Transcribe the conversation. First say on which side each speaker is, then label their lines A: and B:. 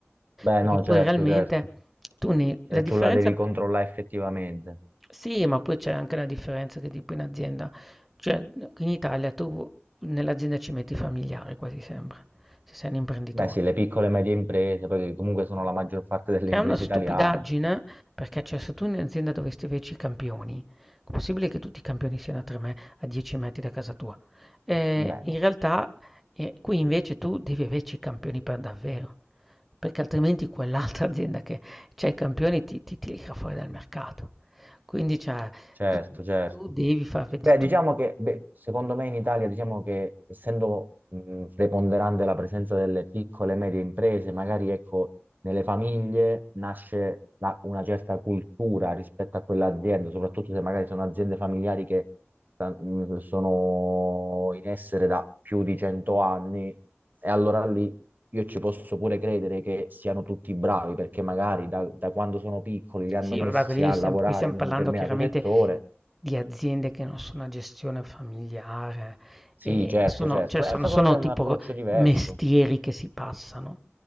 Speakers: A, on the right (about 40°); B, in the centre.
A: Beh,
B: Perché
A: no,
B: poi
A: certo,
B: realmente
A: certo.
B: tu ne
A: E
B: la differenza
A: tu la devi controllare effettivamente.
B: sì, ma poi c'è anche la differenza che tipo in azienda cioè in Italia tu nell'azienda ci metti i familiari quasi sempre, se sei un imprenditore.
A: Beh, sì, le piccole e medie imprese, perché comunque sono la maggior parte delle
B: Che
A: imprese
B: è una stupidaggine,
A: italiane.
B: perché cioè se tu in azienda dovresti averci i campioni, è possibile che tutti i campioni siano a 3 me- a 10 metri da casa tua? Eh,
A: Beh,
B: in
A: no,
B: realtà eh, qui invece tu devi averci i campioni per davvero, perché altrimenti quell'altra azienda che ha i campioni ti, ti ti tira fuori dal mercato. Quindi cioè,
A: certo,
B: tu,
A: certo.
B: tu devi far vedere,
A: Beh,
B: tu
A: diciamo che, beh, secondo me in Italia, diciamo che essendo mh, preponderante la presenza delle piccole e medie imprese, magari ecco, nelle famiglie nasce la- una certa cultura rispetto a quell'azienda, soprattutto se magari sono aziende familiari che sta- mh, sono in essere da più di cento anni, e allora lì io ci posso pure credere che siano tutti bravi, perché magari da da quando sono piccoli li hanno
B: Sì,
A: messi
B: vabbè, quelli
A: a
B: stiam
A: lavorare
B: qui stiam
A: in
B: parlando
A: un determinato
B: chiaramente
A: settore
B: di aziende che non sono a gestione familiare
A: Sì,
B: e
A: certo,
B: sono
A: certo.
B: cioè sono
A: Beh, secondo
B: sono
A: me è un
B: tipo
A: approccio diverso.
B: mestieri che si passano.